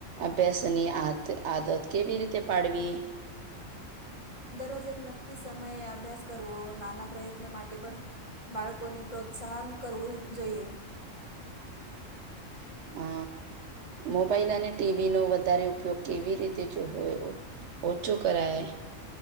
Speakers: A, on the right; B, on the left.
A: અભ્યાસની આત આદત કેવી રીતે પાડવી?
B: દરોઝ એક નક્કી સમયે આભ્યાસ કરવો, નાના પ્રયત્ન માટે પન બાળકોને પ્રોત પ્રોત્સાહન કરવું જોઈએ.
A: <inaudible> અ મોબાઈલ અને ટીવીનો વધારે ઉપયોગ કેવી રીતે જો હોયો? ઓછો કરાય